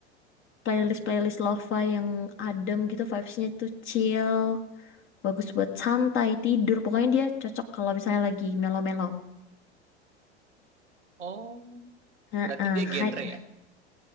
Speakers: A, on the left; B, on the right.
A: playlist-playlist lo-fi yang adem gitu vibes-nya tuh chill, bagus buat santai tidur. Pokoknya dia cocok kalau misalnya lagi melo-melo.
B: oh
A: Heeh,
B: berarti dia genre
A: kakak
B: ya